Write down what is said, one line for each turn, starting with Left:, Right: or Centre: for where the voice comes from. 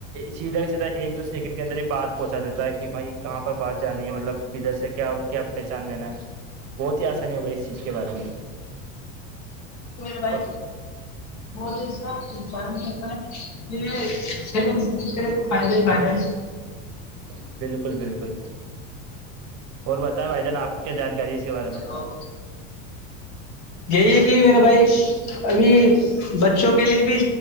Right: سیدھا سیدھا ایک دو سیکنڈ کے اندر ہی بات پہنچا دیتا ہے کہ بھائی کہاں پر بات جانی ہے مطلب ادھر سے کیا کیا پہچان لینا ہے بہت ہی آسانی ہوگئی اس چیز کے بارے میں
Left: گڈ بائے
Right: اور
Left: م سرن ہوتا یہ سی سےے تو فائدے بلنس
Right: ج بالکل بالکل اور بتائیں بھائی جان آپ کیا جانکاری اس کے بارے میں
Left: اور یہی ہے کہ میں نے بھائی ابھی بچوں کے لیے بھی